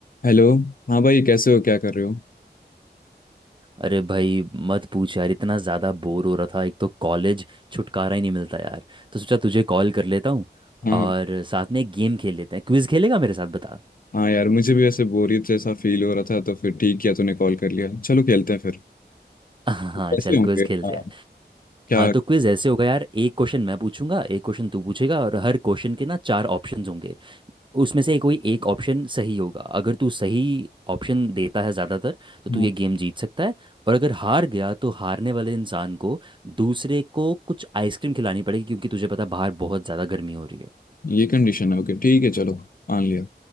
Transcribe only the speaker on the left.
हेलो हाँ भाई कैसे हो क्या कर रहे हो
हाँ
हाँ यार मुझे भी ऐसे बोरियत जैसा फील हो रहा था तो फिर ठीक किया तूने कॉल कर लिया चलो खेलते हैं फिर
कैसे
होंगे
हाँ,
क्या
हाँ,
ये कंडीशन है ओके ठीक है चलो मान लिया